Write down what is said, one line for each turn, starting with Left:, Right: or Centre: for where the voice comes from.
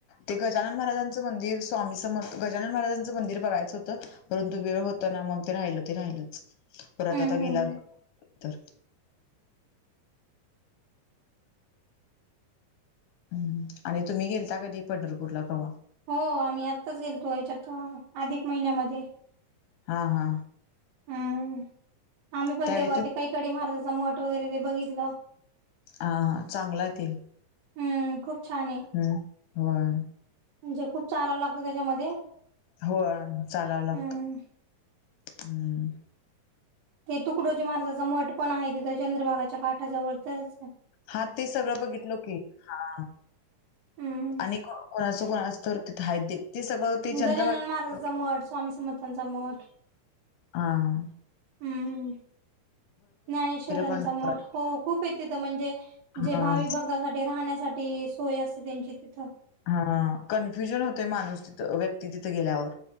Left: ते गजानन महाराजांचं मंदिर स्वामी समर्थ गजानन महाराजांचं मंदिर बघायचं होतं परंतु वेळ होतो ना मग ते राहिलं ते राहिलंच,
Right: हम्म
Left: परत आता
Right: हम्म
Left: गेल्यावर
Right: हम्म.
Left: बघू ह् आणि तुम्ही गेलता कधी पंढरपूर ला कवा?
Right: हो आम्ही आत्ताच गेलतो याच्यात अधिक महिन्यामध्ये
Left: हा हा..
Right: हम्म आम्ही पण
Left: त्यावेळी
Right: तेव्हा
Left: तुम्ही
Right: ते कैकडी महाराजाचा मठ ते बघितलं
Left: हां चांगलंय आहे ते
Right: हम् खूप छान आहे
Left: हम्म होय
Right: म्हणजे खूप चालाव लागतं त्याच्यामध्ये
Left: हो चालावं लागतं
Right: हम्म
Left: हम्म..
Right: ते तुकडोजी महाराजाचा मठ पण आहे तिथं, चंद्रभागाच्या काठाजवळच
Left: हा ते सगळं बघितलो की हा
Right: हम्म
Left: आणि कोणाचं कोणाच तर तिथे आहेत ते सगळं ते चंद्रभागा
Right: गजानन महाराजांचा मठ स्वामी समर्थांचा मठ
Left: हां..
Right: हम्म ज्ञानेश्वरांचा
Left: पंढरपुरात
Right: मठ, हो खूपय तिथ म्हणजे
Left: हा
Right: जे भावि भक्त बघण्यासाठी, राहण्यासाठी सोय असते त्यांची तिथं
Left: हा कन्फ्युजन होते माणूस तिथ व्यक्ती तिथं गेल्यावर